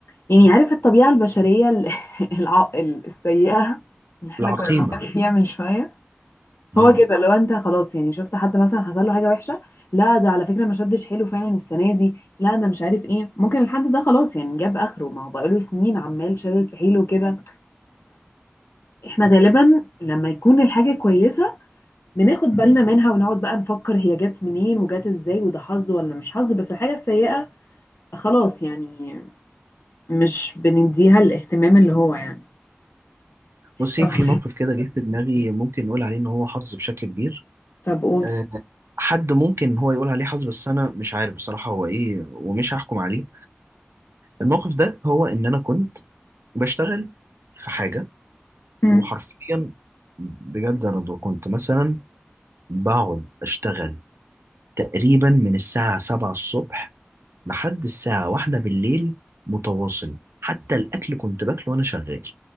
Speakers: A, on the left; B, on the right.
A: يعني عارف الطبيعه البشريه ال- <laughs> الع- السيئه اللي احنا
B: العقيمه
A: كنا بنتكلم فيها من شويه
B: اه
A: هو كده لو انت خلاص يعني شفت حد مثلا حصل له حاجه وحشه لا ده على فكره ما شدش حيله فعلا السنه دي لا ده مش عارف ايه ممكن الحد ده خلاص يعني جاب اخره ما هو بقاله سنين عمال شدد في حيله كده فاحنا غالبا لما يكون الحاجه كويسه بناخد بالنا منها ونقعد بقى نفكر هي جت منين وجت ازاي وده حظ ولا مش حظ بس الحاجه السيئه خلاص يعني مش بنديها الاهتمام اللي هو يعني
B: بصي
A: طب
B: في موقف كده جه في دماغي ممكن نقول عليه ان هو حظ بشكل كبير
A: طب قول
B: آه، حد ممكن هو يقول عليه حظ بس انا مش عارف بصراحه هو ايه ومش هحكم عليه الموقف ده هو ان انا كنت بشتغل في حاجه
A: مم.
B: وحرفيا بجد انا كنت مثلا بقعد اشتغل تقريبا من الساعة 7 الصبح لحد الساعة واحدة بالليل متواصل حتى الأكل كنت باكله وأنا شغال